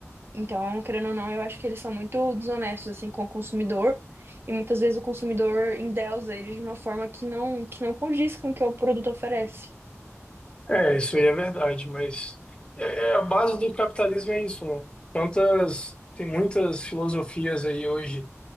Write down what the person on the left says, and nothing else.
É, isso aí é verdade, mas é, é a base do capitalismo é isso, né? Tantas, tem muitas filosofias aí hoje